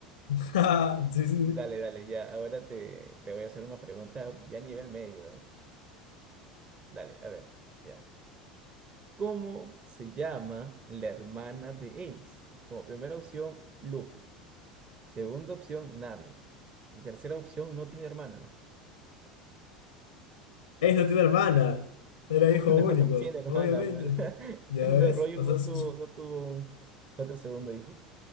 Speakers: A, on the left; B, on the right.
A: <laughs> sí, sí, sí.
B: Dale, dale, ya. Ahora te, te voy a hacer una pregunta ya a nivel medio, ¿eh? Dale, a ver, ya. ¿Cómo se llama la hermana de Ace? Como primera opción, Luffy. Segunda opción, Nami. Tercera opción, no tiene hermana. <laughs>
A: Es, no tiene hermana. Era hijo
B: No,
A: único,
B: no tiene hermana.
A: obviamente.
B: pues. <laughs>
A: ¿Ya ves?
B: No, Roger
A: O
B: no
A: sea, su-
B: tuvo,
A: su-
B: no tuvo un- otro segundo hijo.